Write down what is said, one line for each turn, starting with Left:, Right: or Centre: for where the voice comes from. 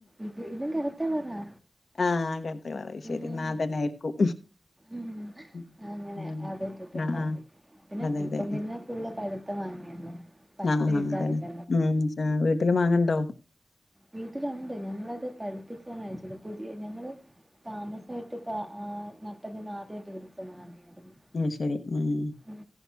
Right: ഇത് ഇതും കറത്ത കളറാ
Left: ആ കർത്ത കളറ് അയ് ശരി
Right: ഉം
Left: ന്നാ അതന്നെ ആയിരിക്കും
Right: ഉം
Left: ഉം
Right: അങ്ങനെ
Left: എന്താണ്
Right: അത് <unintelligible> ഇണ്ടാക്കി
Left: ആഹ് ആഹ്
Right: പിന്നെ
Left: അതെ
Right: ഇപ്പം
Left: അതെ
Right: പിന്നെ ഫുള്ള് പഴുത്ത മാങ്ങയല്ലോ പച്ച
Left: ആഹ്
Right: കിട്ടാറില്ല.
Left: ആഹ് അതാണ് ഉം ചാ വീട്ട്ല് മാങ്ങണ്ടോ
Right: വീട്ടില് ഒണ്ട് ഞങ്ങളത് പഴുപ്പിക്കാനാ വെച്ചത് പുതിയ ഞങ്ങള്. താമസായിട്ട് ഇപ്പ ആ നട്ടതിന്ന് ആദ്യായിട്ട വിര്ച്ചെന്ന്. <unintelligible>
Left: ഉം ശരി ഉം ഉം
Right: ഉം